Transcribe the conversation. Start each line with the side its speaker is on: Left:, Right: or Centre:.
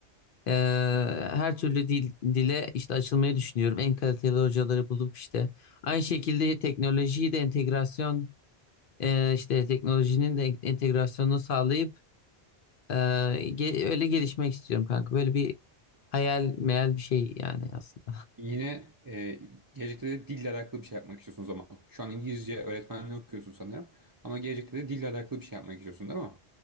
Left: ee, her türlü dil, dile işte açılmayı düşünüyorum. En kaliteli hocaları bulup işte aynı şekilde teknolojiyi de entegrasyon e, işte teknolojinin de entegrasyonunu sağlayıp e, ge- öyle gelişmek istiyorum kanka. Böyle bir hayal meyal bir şey yani aslında.
Right: Yine e, gelecekte de dille alakalı bir şey yapmak istiyorsun o zaman. Şu an İngilizce öğretmenliği okuyorsun sanırım. Ama gelecekte de dille alakalı bir şey yapmak istiyorsun değil mi?